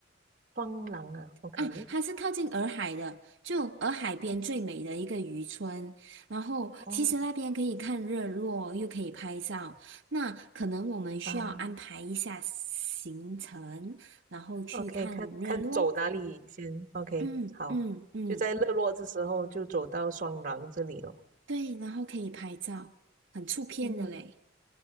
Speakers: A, on the right; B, on the right.
A: 双廊啊，OK，
B: 啊，它是靠近洱海的，就洱海边最美的一个渔村。
A: 嗯，
B: 然后其实那边可以看日落，
A: 哦
B: 又可以拍照。那可能我们需要安排一下行程，
A: 啊
B: 然后去看日落。
A: ，OK，看看走哪里先，OK，
B: 嗯嗯嗯，
A: 好，就在日落的时候就走到双廊这里了。
B: 对，然后可以拍照，很出片的嘞。
A: 嗯，